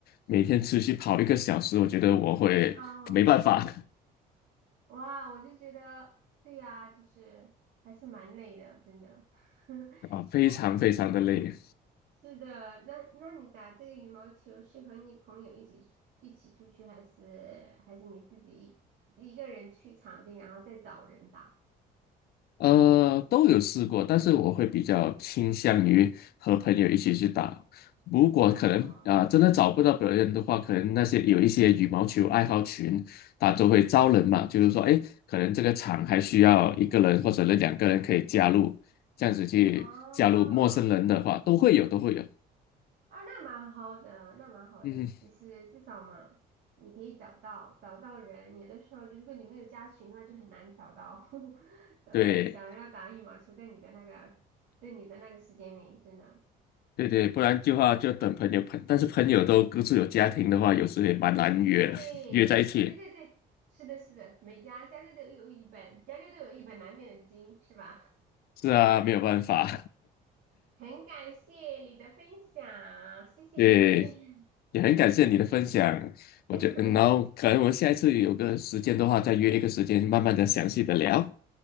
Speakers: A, on the left (about 65°); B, on the right (about 70°).
A: 每天持续跑一个小时，我觉得我会没办法。
B: 哦，
A: <laughs>
B: 哇，我就觉得对呀、就是还是蛮累的，真的。<laughs>
A: 啊，非常非常的累，
B: 哎是的，那那你打这个羽毛球是和你朋友一起一起出去，还是还是你自己一个人去场地，然后再找人打？
A: 呃，都有试过，但是我会比较倾向于和朋友一起去打。如果可能啊、
B: 哦
A: 真的找不到别人的话，可能那些有一些羽毛球爱好群，他都会招人嘛，就是说，哎，可能这个场还需要一个人或者两个人可以加入，这样子去加入陌生人的话，
B: 哦
A: 都会有，都会有。
B: 啊，那蛮好的，那蛮好的，
A: 嗯，
B: 就是至少嘛，你可以找到找到人。有的时候，就如果你没有加群的话，就很难找到 <laughs> 找到想要打羽毛球在你的那个在你的那个时间里，
A: 对
B: 真的。
A: 对对，不然的话就等朋友朋，但是朋友都各自有家庭的话，有时也蛮难约的，
B: 对对对对，
A: <laughs> 约在一起。
B: 是的，是的，每家家家都有一本，家家都有一本难念的经，是吧？
A: 是啊，没有办法。
B: 很感谢你的分享，
A: <laughs>
B: 谢谢你。
A: 对，也很感谢你的分享。我觉得，
B: <laughs>
A: 嗯然后可能我们下一次有个时间的话，再约一个时间，慢慢的详细的聊。